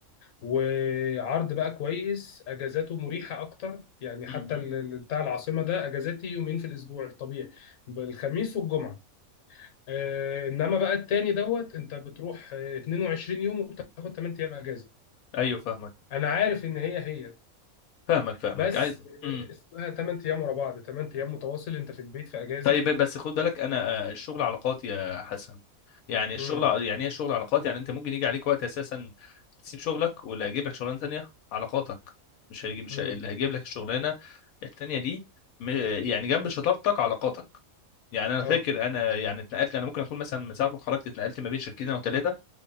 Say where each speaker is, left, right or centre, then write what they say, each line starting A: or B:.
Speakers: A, on the left (about 70°); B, on the left (about 80°).
A: وعرض بقى كويس أجازاته مريحة أكتر يعني
B: مم.
A: حتى ال- ال- بتاع العاصمة ده أجازاتي يومين في الأسبوع الطبيعي بالخميس والجمعة آه، إنما بقى التاني دوت أنت بتروح آه، 22 يوم وبتاخد 8 أيام أجازة
B: ايوه فاهمك
A: أنا عارف إن هي هي
B: فاهمك فاهمك
A: بس
B: عايز
A: آه،
B: امم
A: اسمها 8 ايام ورا بعض 8 ايام متواصل انت في البيت في اجازه
B: طيب بس خد بالك انا آه، الشغل علاقات يا حسن يعني الشغل
A: امم
B: ع- يعني ايه الشغل علاقات يعني انت ممكن يجي عليك وقت اساسا تسيب شغلك واللي هيجيب لك شغلانه تانية علاقاتك مش هيجي مش
A: امم
B: هي- اللي هيجيب لك الشغلانه التانية دي م- يعني جنب شطارتك علاقاتك يعني انا
A: اه
B: فاكر انا يعني اتنقلت انا ممكن اكون مثلا من ساعه ما اتخرجت اتنقلت ما بين شركتين او ثلاثه